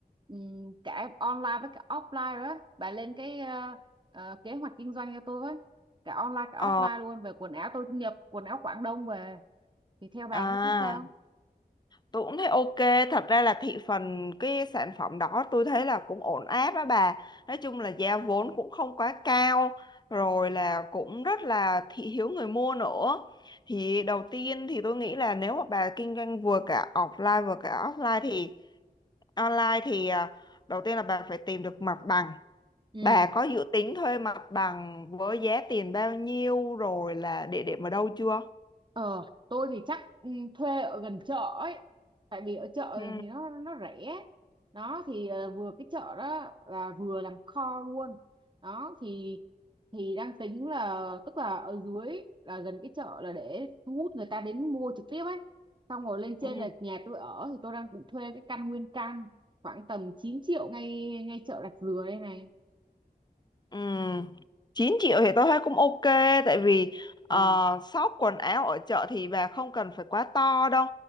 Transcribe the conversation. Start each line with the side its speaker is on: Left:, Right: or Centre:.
Right: ừm, cả online với cả offline đó. Bà lên cái ờ, ờ, kế hoạch kinh doanh cho tôi với. Cả online cả
Left: Ờ,
Right: offline luôn về quần áo tôi nhập quần áo Quảng Đông về thì theo bà
Left: à,
Right: thấy thế sao?
Left: tôi cũng thấy ok. Thật ra là thị phần cái sản phẩm đó tôi thấy là cũng ổn áp đó bà. Nói chung là giá vốn cũng không quá cao, rồi là cũng rất là thị hiếu người mua nữa. Thì đầu tiên thì tôi nghĩ là nếu mà bà kinh doanh vừa cả offline vừa cả offline thì online thì à, đầu tiên là bà phải tìm được mặt bằng
Right: Ừ.
Left: Bà có dự tính thuê mặt bằng với giá tiền bao nhiêu rồi là địa điểm ở đâu chưa?
Right: Ờ, tôi thì chắc ừ, thuê ở gần chợ ấy. Tại vì ở chợ
Left: Ừ.
Right: thì nó nó rẻ. Đó thì ờ, vừa cái chợ đó là vừa làm kho luôn. Đó thì thì đang tính là tức là ở dưới là gần cái chợ là để thu hút người ta đến mua trực tiếp ấy. Xong rồi lên
Left: Ừ.
Right: trên là nhà tôi ở thì tôi đang định thuê cái căn nguyên căn khoảng tầm 9 triệu ngay ngay chợ Rạch Dừa đây này.
Left: Ừm, 9 triệu thì tôi thấy cũng ok tại vì ờ,
Right: ừ
Left: shop quần áo ở chợ thì bà không cần phải quá to đâu